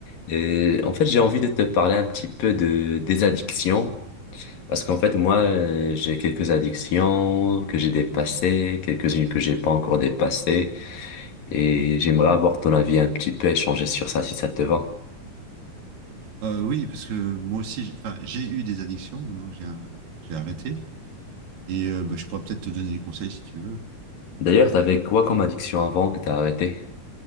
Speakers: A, on the left; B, on the right.
A: Et en fait, j'ai envie de te parler un petit peu de des addictions parce qu'en fait, moi, euh, j'ai quelques addictions que j'ai dépassées, quelques-unes que j'ai pas encore dépassées et j'aimerais avoir ton avis un petit peu, échanger sur ça si ça te va.
B: Euh, oui, parce que moi aussi, j'ai- enfin, j'ai eu des addictions maintenant que j'ai j'ai arrêté. Et euh, bah, je pourrais peut-être te donner des conseils si tu veux.
A: D'ailleurs, t'avais quoi comme addiction avant que t'as arrêté?